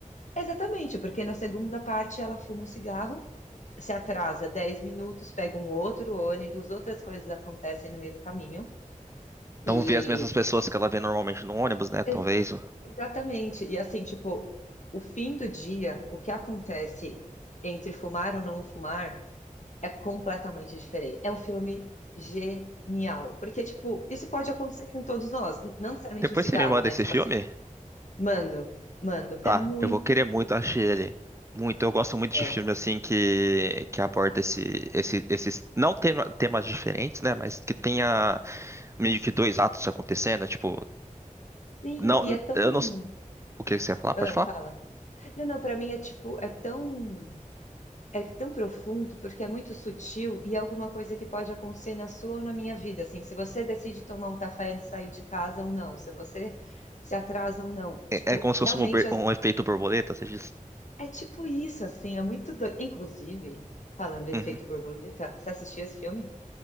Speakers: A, on the left; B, on the right.
A: Exatamente, porque na segunda parte ela fuma um cigarro, se atrasa 10 minutos, pega um outro ônibus, outras coisas acontecem no meio do caminho. E
B: Não vê as mesmas pessoas que ela vê normalmente no ônibus, né? Talvez.
A: ex- exatamente, e assim, tipo, o fim do dia, o que acontece entre fumar ou não fumar é completamente diferente. É um filme genial, porque tipo, isso pode acontecer com todos nós, não necessariamente
B: Depois
A: um cigarro,
B: você me manda
A: né?
B: esse
A: Tipo
B: filme?
A: assim, mando, mando,
B: Tá,
A: é muito,
B: eu vou querer muito
A: muito
B: assistir
A: bom.
B: ele. Muito, eu gosto muito
A: É.
B: de filme assim que, que aborda esse, esse- esses, não tema- temas diferentes, né? Mas que tenha meio que dois atos acontecendo, né, tipo,
A: Sim,
B: não,
A: e é tão
B: eu não, s- o que você ia falar? Pode
A: Ah,
B: falar?
A: fala. Não, não, para mim é tipo, é tão, é tão profundo porque é muito sutil e é alguma coisa que pode acontecer na sua ou na minha vida, assim, se você decide tomar um café antes de sair de casa ou não, se você se atrasa ou não. Tipo,
B: É, é como se
A: realmente
B: fosse um, obe-
A: as-
B: um efeito borboleta, você diz?
A: é tipo isso, assim, é muito doido. Inclusive, falando do efeito
B: Uhum.
A: borboleta, você assistiu esse filme?